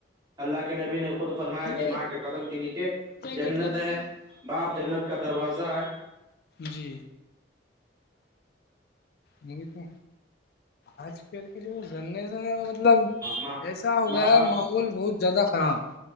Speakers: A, on the right; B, on the left.
A: اللہ کے نبی نے خود فرمایا
B: میں
A: کہ ماں کے قدم کے نیچے جنت
B: گیٹ لگا
A: ہے
B: لی
A: باپ جنت کا دروازہ ہے
B: جی نہیں تو آج کل جو جنے سےنے وہ مطلب
A: ماں
B: ایسا ہو
A: ماں
B: گیا
A: باپ
B: ہے ماحول بہت زیادہ خراب